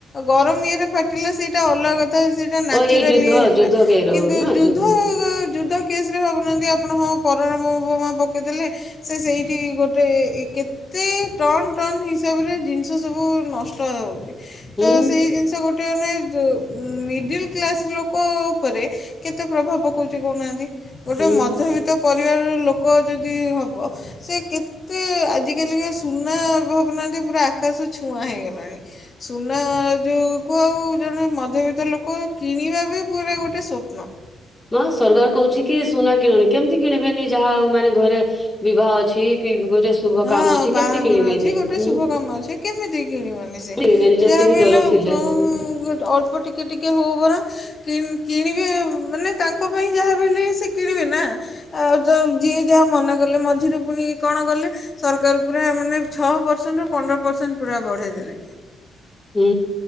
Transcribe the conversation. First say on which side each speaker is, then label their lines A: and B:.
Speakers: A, on the left (about 40°); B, on the left (about 15°).
A: ଗରମ ଇଏରେ ଫାଟିଲା ସେଇା ସେ ଅଲଗ ଅ ସେଟାଚୁରାଲି
B: ଓ ଏଇ ଯୁଦ୍ଧ
A: ହେ
B: ଯୁଦ୍ଧ କେର
A: କିନ୍ତୁ
B: ନା
A: ଯ
B: ଯୁଦ୍ଧ
A: କେସ୍ରେ ଭାବୁନାହାନ୍ତି ଆପଣ ହଁ ପରମାଣ ବୋମା ପକାଇଦେଲେ ସେ ସେଇଠି ଗୋଟେ କେ ଏତେ ଟନ ଟନ ହିସାବରେ ଜିନିଷ ସବୁ ନଷ୍ଟ ଯାଉଛି।
B: ହୁଁ
A: ତ ସେଇ ଜିନିଷ ଗୋ ଗୋଟେ ମାନେ ମିଡ଼ିଲ୍ କ୍ଲାସ୍ ଲୋକ ଉପରେ କେତେ ପ୍ରଭାବ ପକାଉଛି କହୁନାହାନ୍ତି। ଗୋଟେ
B: ହୁଁ
A: ମଧ୍ୟବିତ୍ତ ପ ବେଳେ ବେଳେ ଲୋକ ଯଦି ହବ ସେ କେତେ ଆଜି ଆଜିକାଲିକା ସୁନା ଭାବୁନାହାନ୍ତି ପୁରା ଆକାଶ ଛୁଆଁ ହେଇଗଲାଣି ସୁନା ଯେଉଁକୁ ଆଉ ଜଣେ ମଧ୍ୟବିତ୍ତ ଲୋକ କିଣିବା ବି ପୁରା ଗୋଟେ ସ୍ୱପ୍ନ।
B: ହ ସରକାର କହୁଛି କି ସୁନା କିଣନି କେମିତି କିଣିବେନି ଯାହା ହଉ ମାନେ ଘରେ ବିବାହ ଅଛି କି ଗୋଟେ ଶୁଭ
A: ହଁ
B: କାମ ଅଛି
A: ବାହାଘର
B: କେମିତି କିଣିବେନି
A: ଅଛି ଗୋଟେ
B: ହୁଁ।
A: ଶୁଭ କାମ ଅଛି କେମିତି? କିଣିବନି ସେ
B: କିଣିବେନି ଯେତେ
A: ଯାହା
B: ବି
A: ବିି
B: ଦର
A: ହେଲେ ଅଳ୍ପ
B: ଥିଲେ
A: ହଉ
B: ହୁଁ
A: ଅଳ୍ପ ଟିକେ ଟିକେ ହଉ ବରଂ କିଣିବେ ମାନେ ତାଙ୍କ ପାଇଁ ଯାହା ବି ହେଲେ ସେ କିଣିବେ ନା ଆଉ ଯଉ ଯିଏ ମନାକଲେ ମଝିରେ ପୁଣି କଣ କଲେ ସରକାର ପୁରା ମାନେ ଛଅ ପରସେଣ୍ଟ ପନ୍ଦର ପରସେଣ୍ଟ ପୁରା ବଢ଼େଇ ଦେଲେ।
B: ହୁଁ